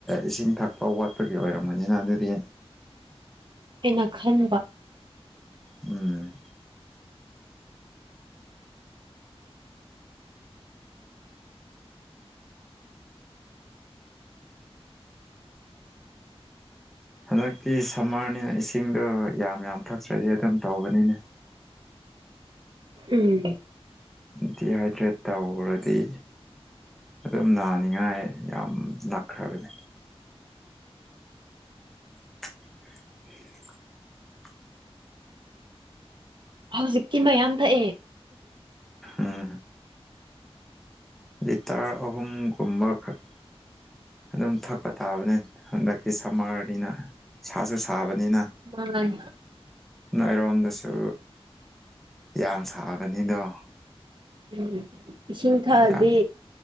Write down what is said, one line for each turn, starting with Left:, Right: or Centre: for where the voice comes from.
Centre: ꯏꯁꯤꯡ ꯊꯛꯄ ꯋꯥꯠꯄꯒꯤ ꯑꯣꯏꯔꯝꯒꯅꯤꯅ ꯑꯗꯨꯗꯤ
Right: ꯑꯩꯅ ꯈꯟꯕ
Centre: ꯎꯝ ꯍꯟꯗꯛꯇꯤ ꯁꯝꯃꯔꯅꯤꯅ ꯏꯁꯤꯡꯗꯣ ꯌꯥꯝ ꯌꯥꯝ ꯊꯛꯇ꯭ꯔꯗꯤ ꯑꯗꯨꯝ ꯇꯧꯕꯅꯤꯅꯦ
Right: ꯎꯝ
Centre: ꯗꯤꯍꯥꯏꯗ꯭ꯔꯦꯠ ꯇꯧꯔꯗꯤ ꯑꯗꯨꯝ ꯅꯥꯅꯤꯡꯉꯥꯏ ꯌꯥꯝ ꯅꯛꯈ꯭ꯔꯕꯅꯤ <unintelligible>
Right: ꯍꯧꯖꯤꯛꯇꯤ ꯃꯌꯥꯝ ꯊꯛꯑꯦ
Centre: ꯎꯝ ꯂꯤꯇꯔ ꯑꯍꯨꯝꯒꯨꯝꯕ ꯈꯛ ꯑꯗꯨꯝ ꯊꯛꯄ ꯇꯥꯕꯅꯤ ꯍꯟꯗꯛꯇꯤ ꯁꯝꯃꯔꯅꯤꯅ ꯁꯥꯁꯨ ꯁꯥꯕꯅꯤꯅ
Right: ꯃꯥꯅꯦ
Centre: ꯅꯣꯏꯔꯣꯝꯗꯁꯨ ꯌꯥꯝ ꯁꯥꯕꯅꯤꯗꯣ
Right: ꯎꯝ ꯏꯁꯤꯡ ꯊꯛꯑꯗꯤ
Centre: ꯌꯥꯝ